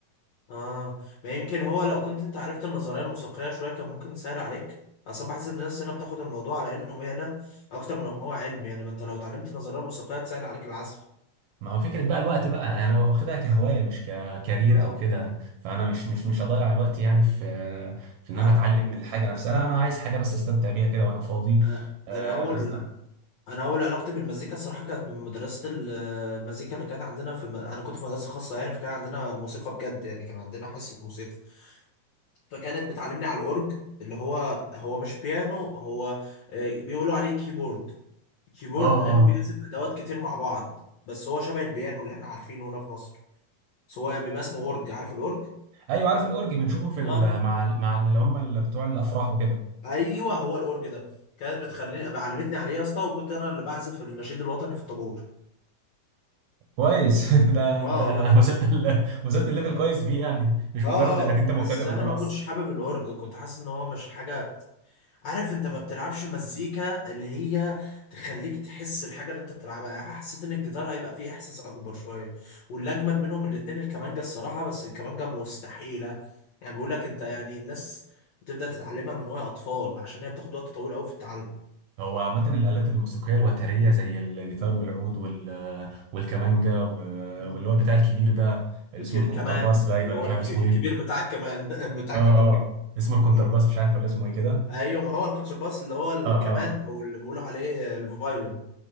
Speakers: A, on the left; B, on the right.
A: اه ما يمكن هو لو كنت انت عرفت النظريه الموسيقيه شويه كان ممكن تسهل عليك اصلا بحس ان الناس هنا بتاخد الموضوع على انه مهنه اكتر من هو علم يعني ما انت لو اتعلمت النظريه الموسيقيه تسهل عليك العزف
B: ما هو فكرة بقى الوقت بقى انا واخدها كهواية مش ككارير
A: اه
B: او كده فانا مش مش مش هضيع الوقت يعني في في
A: صح
B: ان انا اتعلم من الحاجة نفسها لا انا عايز حاجة بس استمتع بيها كده وانا فاضي
A: آه.
B: آه
A: انا اول
B: بالظبط
A: انا اول علاقتي بالمزيكا الصراحه كانت من مدرسه ال- المزيكا اللي كانت عندنا في الم... انا كنت في مدرسه خاصه يعني فكان عندنا موسيقى بجد يعني كان عندنا حصه موسيقى فكانت بتعلمني على الاورج اللي هو هو مش بيانو هو آه، بيقولوا عليه كيبورد كيبورد
B: اه
A: لانه
B: اه
A: بيعزف ادوات كتير مع بعض بس هو شبه البيانو اللي احنا عارفينه هنا في مصر بس هو بيبقى اسمه اورج عارف الاورج
B: ايوه عارف الاورج بنشوفه في ال-
A: اه
B: مع ال- مع اللي هم اللي بتوع الافراح وكده
A: ايوه هو الاورج ده كانت بتخليني أبقى- علمتني عليه يا اسطى وكنت انا اللي بعزف النشيد الوطني في الطابور
B: كويس <laughs> ده
A: اه
B: انت
A: والله كنت
B: وصلت ال... وصلت الليفل
A: اه
B: كويس بيه يعني مش
A: اه
B: مجرد انك انت مبتدئ
A: بس انا
B: وخلاص
A: ما كنتش حابب الاورج كنت حاسس ان هو مش حاجه عارف انت ما بتلعبش مزيكا اللي هي تخليك تحس الحاجة اللي انت بتلعبها يعني حسيت ان الجيتار هيبقى فيه احساس اكبر شوية واللي اجمد منهم الاتنين الكمانجة الصراحة بس الكمانجة مستحيلة يعني بيقول لك انت يعني الناس بتبدأ تتعلمها من وهي اطفال عشان هي بتاخد وقت طويل قوي في التعلم
B: هو عامة الآلات الموسيقية الوترية زي الجيتار والعود وال... والكمانجا و...
A: مم.
B: واللي هو البتاع الكبير ده اللي
A: الك-
B: اسمه
A: الكمان
B: الكونترباس باين
A: اللي
B: ولا
A: هو
B: مش
A: الك-
B: عارف اسمه
A: الكبير
B: ايه
A: بتاع الكمان <laughs> بتاع
B: اه
A: الكمانجة
B: اه اسمه الكونترباس
A: مم.
B: مش عارف ولا اسمه ايه كده
A: ايوه ما هو الكونترباس اللي هو الكمان
B: اه اه
A: او اللي بيقولوا عليه الفايولين